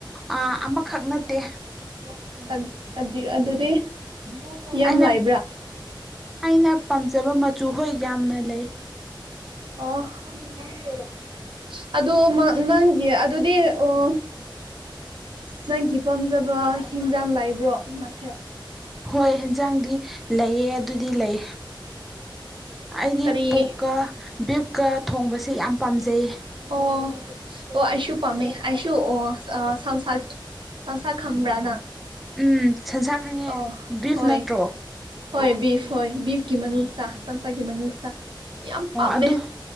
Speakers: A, in the centre; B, on the right.
A: ꯑꯥ ꯑꯃꯈꯛ ꯅꯠꯇꯦ
B: <unintelligible> ꯑꯠ ꯑꯗꯤ ꯑꯗꯨꯗꯤ <unintelligible>
A: ꯑꯩꯅ
B: ꯂꯩꯕ꯭ꯔꯥ
A: ꯑꯩꯅ ꯄꯥꯝꯖꯕ ꯃꯆꯨ ꯍꯣꯏ ꯌꯥꯝꯅ ꯂꯩ
B: ꯑꯣ <unintelligible> ꯑꯗꯨꯃꯛ ꯅꯪꯒꯤ ꯑꯗꯨꯗꯤ ꯑꯣ ꯅꯪꯒꯤ ꯄꯥꯝꯖꯕ ꯍꯤꯟꯖꯥꯡ ꯂꯩꯕ꯭ꯔꯣ ꯃꯊꯦꯜ
A: ꯍꯣꯏ ꯍꯦꯟꯖꯥꯡꯗꯤ ꯂꯩꯌꯦ ꯑꯗꯨꯗꯤ ꯂꯩ ꯑꯩꯗꯤ
B: ꯀꯔꯤ
A: ꯄꯣꯛꯀ ꯕꯤꯞꯀ ꯊꯣꯡꯕꯁꯦ ꯌꯥꯝ ꯄꯥꯝꯖꯩ
B: ꯑꯣ ꯑꯣ ꯑꯩꯁꯨ ꯄꯝꯃꯦ ꯑꯩꯁꯨ ꯑꯣ ꯑꯥ ꯁ ꯁꯟꯁꯥꯏꯠ ꯁꯟꯁꯥ ꯈꯪꯝꯕ꯭ꯔ ꯅꯪ
A: ꯎꯝ ꯁꯟꯁꯥ ꯈꯪꯉꯦ
B: ꯑꯣ
A: ꯕꯤꯞ
B: ꯍꯣꯏ
A: ꯅꯠꯇ꯭ꯔꯣ
B: ꯍꯣꯏ ꯕꯤꯞ ꯍꯣꯏ ꯕꯤꯞꯀꯤ ꯃꯅꯨꯡꯁꯥ ꯁꯟꯁꯥꯒꯤ ꯃꯅꯨꯡꯁꯥ ꯌꯥꯝ
A: ꯑꯣ
B: ꯄꯥꯝꯃꯦ
A: ꯑꯗꯨ